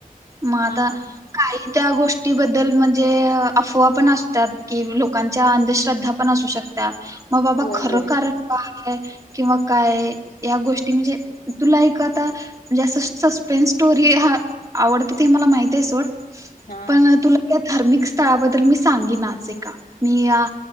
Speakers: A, on the right; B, on the left.
A: मग आता
B: हा हा
A: काही त्या गोष्टीबद्दल, म्हणजे अफवा पण असतात, कि लोकांच्या अंधश्रद्धा पण असू शक ता, म बाबा
B: होय
A: खरं
B: होय.
A: कारण काय? किंवा काय या गोष्टी, म्हणजे तुला एक आता म्हणजे असं सस्पेन्स स्टोरी हां आवडते ते मला माहिती ये सोड
B: हा
A: पण तुला त्या धार्मिक स्थळाबद्दल मी सांगीन आज एका, मी या